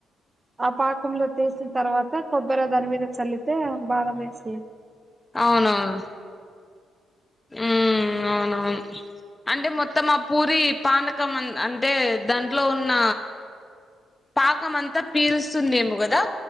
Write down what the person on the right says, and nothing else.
ఆ పాకంలో తీసిన తర్వాత కొబ్బరి దాని మీద చల్లితే బాదం ఏసి